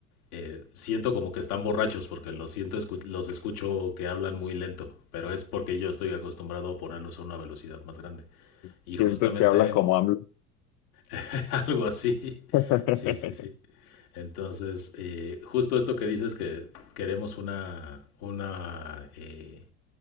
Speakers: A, on the left; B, on the left.
A: eh, siento como que están borrachos porque los siento escu- los escucho que hablan muy lento, pero es porque yo estoy acostumbrado a ponerlos a una velocidad más grande. Y
B: Sientes
A: justamente
B: que hablan como hablan.
A: <laughs> algo así.
B: <laughs>
A: Sí, sí, sí. Entonces, eh, justo esto que dices que queremos una, una eh,